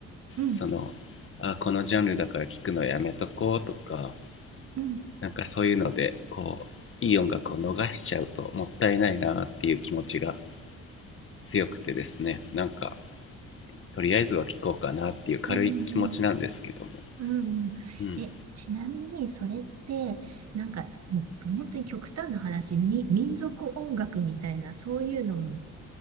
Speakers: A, on the right (about 60°); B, on the left (about 45°).
A: うん、
B: その、あ、このジャンルだから聞くのやめとこうとか、
A: うん、うん、う
B: なんかそういうのでこういい音楽を逃しちゃうともったいないなっていう気持ちが強くてですねなんかとりあえずは聴こうかなっていう軽い気持ちなんですけども、
A: ん。うんうんうん。
B: うん、
A: え、ちなみに、それって、なんか、もう本当に極端な話、み、民族音楽みたいな、そういうのも